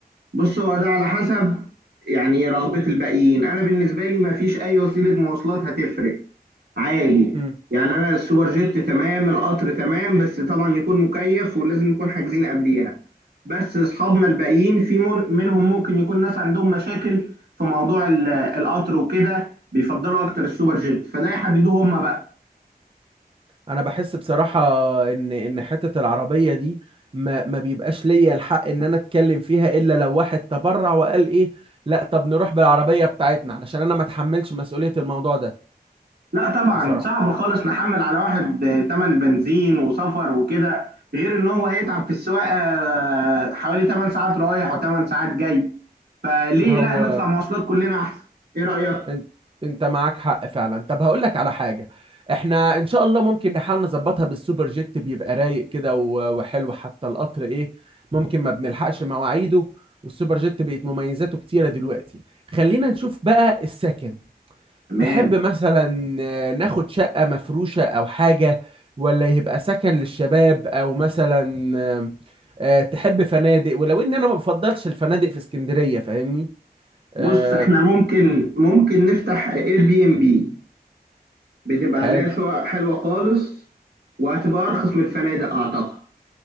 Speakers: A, on the right (about 85°); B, on the right (about 35°).
A: بص هو ده على حسب يعني رغبه الباقيين انا بالنسبه لي ما فيش اي وسيله مواصلات هتفرق عادي
B: مم.
A: يعني انا السوبر جيت تمام القطر تمام بس طبعا يكون مكيف ولازم نكون حاجزين قبليها بس اصحابنا الباقيين في مر- منهم ممكن يكون ناس عندهم مشاكل في موضوع ال- القطر وكده بيفضلوا اكتر السوبر جيت فده يحددوه هم بقى
B: انا بحس بصراحه ان ان حته العربيه دي ما ما بيبقاش ليا الحق ان انا اتكلم فيها الا لو واحد تبرع وقال ايه لا طب نروح بالعربيه بتاعتنا علشان انا ما اتحملش مسؤوليه الموضوع ده
A: لا طبعا
B: بصراحه
A: صعب خالص نحمل على واحد آه، تمن بنزين وسفر وكده غير ان هو هيتعب في السواقه آه، حوالي 8 ساعات رايح و8 ساعات جاي فليه
B: إن هو
A: لا نطلع مواصلات كلنا احسن ايه رايك
B: انت انت معاك حق فعلا طب هقول لك على حاجه احنا ان شاء الله ممكن نحاول نظبطها بالسوبر جيت بيبقى رايق كده و- وحلو حتى القطر ايه ممكن ما بنلحقش مواعيده والسوبر جيت بقت مميزاته كتيره دلوقتي خلينا نشوف بقى السكن
A: تمام
B: تحب مثلا آه، ناخد شقة مفروشة أو حاجة ولا يبقى سكن للشباب أو مثلا آه، آه، تحب فنادق ولو إن أنا ما بفضلش الفنادق في اسكندرية فاهمني آه،
A: بص احنا ممكن
B: مم.
A: ممكن نفتح اير بي ام بي بتبقى
B: حلو
A: عليها شقق حلوه خالص وهتبقى ارخص من الفنادق اعتقد